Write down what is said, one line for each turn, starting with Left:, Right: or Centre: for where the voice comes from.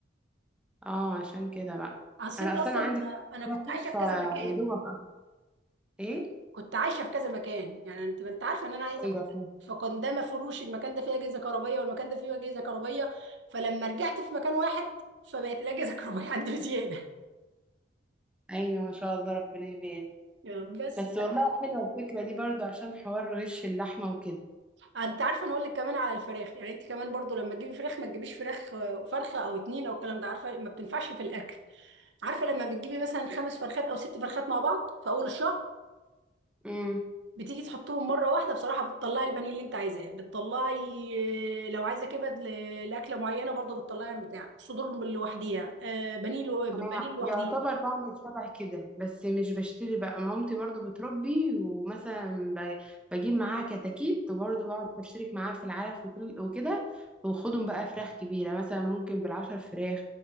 Centre: اه عشان كده بقى
Right: اصل
Centre: انا
Right: انت
Centre: اصلا
Right: اصلا
Centre: عندي
Right: انا كنت
Centre: واحد
Right: عايشه
Centre: فيا
Right: في كذا مكان
Centre: دوبك أه. ايه
Right: كنت عايشه في كذا مكان يعني انت ما انت عارفه ان انا عايزه
Centre: ايوه
Right: كنت
Centre: فاهم
Right: فكان ده مفروش المكان ده فيه اجهزه كهربائيه والمكان ده فيه اجهزه كهربائيه فلما رجعت في مكان واحد فبقت الاجهزه <laughs> الكهربائيه عندي بزياده <laughs>
Centre: ايوه ما شاء الله ربنا يبارك
Right: يعني بس
Centre: بس والله حلوه الفكره دي برضو عشان حوار غش اللحمه وكده
Right: انت عارفه انا اقول لك كمان على الفراخ يعني انت كمان برضو لما تجيبي فراخ ما تجيبيش فراخ فرخه او اتنين او الكلام ده عارفه ما بتنفعش في الاكل عارفه لما بتجيبي مثلا خمس فرخات او ست فرخات مع بعض في اول الشهر
Centre: امم
Right: بتيجي تحطهم مره واحده بصراحه بتطلعي البانيه اللي انت عايزاه بتطلعي آه، لو عايزه كبد ل- لاكله معينه برضه بتطلعي بتاع صدور لوحديها آه، بانيه لو- بانيه
Centre: انا
Right: لوحديها
Centre: يعتبر بعمل شبه كده بس مش بشتري بقى مامتي برضو بتربي ومثلا ب- بجيب معاها كتاكيت وبرضو بقعد اشترك معاها في العلف وكل- وكده واخدهم بقى فراخ كبيرة مثلا ممكن بالعشر فراخ